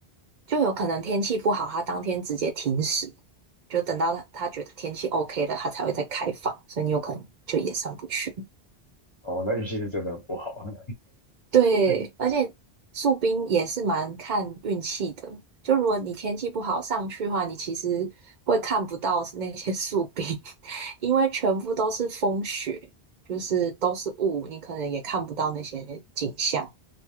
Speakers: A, on the right; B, on the left.
A: 就有可能天气不好，它当天直接停驶，就等到它它觉得天气 OK 了，它才会再开放，所以你有可能就也上不去。
B: 哦，那运气是真的不好啊。<laughs>
A: 对，
B: 那个
A: 而且树冰也是蛮看运气的，就如果你天气不好上去的话，你其实会看不到那些树冰，<laughs> 因为全部都是风雪，就是都是雾，你可能也看不到那些景象。